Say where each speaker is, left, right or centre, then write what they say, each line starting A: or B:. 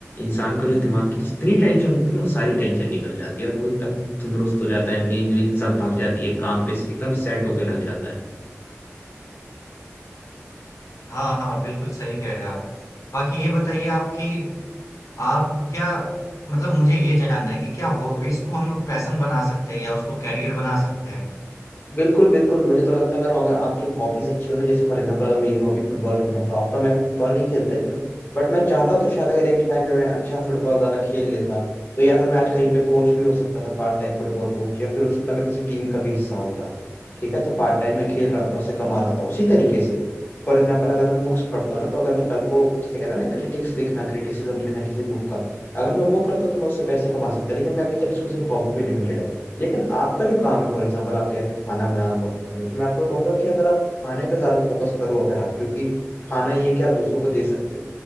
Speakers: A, on the left; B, on the left.
A: इंसान का जो दिमाग की जितनी टेंशन होती है ना वो सारी टेंशन निकल जाती है और वो एकदम तंदुरुस्त हो जाता है नींद वींद सब भाग जाती है काम पे एकदम सेट होके लग जाता है
B: हाँ हाँ बिल्कुल सही कह रहे हैं आप बाकी ये बताइए आपकी आप क्या मतलब मुझे ये जानना है कि क्या हॉबीज को हम लोग पैशन बना सकते हैं या उसको कैरियर बना सकते हैं
A: बिल्कुल बिल्कुल मुझे तो लगता है अगर अगर आपकी हॉबीज अच्छी हो ना जैसे फॉर एग्जांपल अगर मेरी हॉबी फुटबॉल खेलना है तो अब तो मैं फुटबॉल नहीं खेलता इतना बट मैं चाहता तो शायद अगर एक टाइम पे मैं अच्छा फुटबॉल ज्यादा खेल लेता तो या तो मैं आज कहीं पे कोच भी हो सकता था पार्ट टाइम फुटबॉल कोच या फिर हो सकता मैं किसी टीम का भी हिस्सा होता ठीक है तो पार्ट टाइम मैं खेल रहा था उससे कमा रहा था उसी तरीके से फॉर एग्जाम्पल अगर मैं बुक्स पढ़ता हूँ ना तो अगर मैं कल को जैसे कहता है ना क्रिटिक्स लिखना क्रिटिसिज्म लिखना किसी बुक का अगर मैं वो करता तो मैं उससे पैसे कमा सकता लेकिन मैं अभी तक इसको सिर्फ हॉबी पे लिमिटेड है लेकिन आपका जो काम है फॉर एग्जाम्पल आप कह रहे हैं खाना बनाना बहुत पसंद है तो मैं आपको ये कहूंगा कि अगर आप खाने पे ज्यादा फोकस करो अगर आप क्योंकि खाना ये है कि आप दूसरों को दे सकते हो